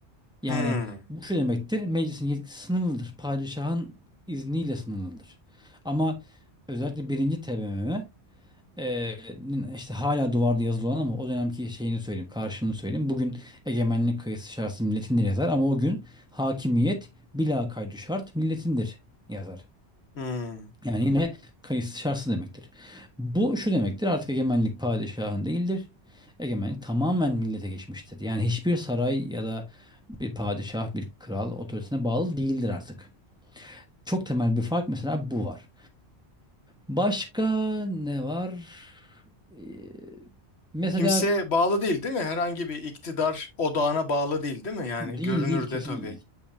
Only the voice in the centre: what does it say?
Yani bu şu demektir. Meclisin yetkisi sınırlıdır. Padişahın izniyle sınırlıdır. Ama özellikle birinci TBMM e, işte hala duvarda yazılı olan ama o dönemki şeyini söyleyeyim, karşılığını söyleyeyim. Bugün egemenlik kayısı şartsız milletindir yazar ama o gün hakimiyet bila kaydı şart milletindir yazar.
Yani yine kayıtsız şartsız demektir. Bu şu demektir artık egemenlik padişahın değildir. Egemenlik tamamen millete geçmiştir. Yani hiçbir saray ya da bir padişah, bir kral otoritesine bağlı değildir artık. Çok temel bir fark mesela bu var. Başka ne var? Ee, mesela
değil
değil kesinlikle
değil.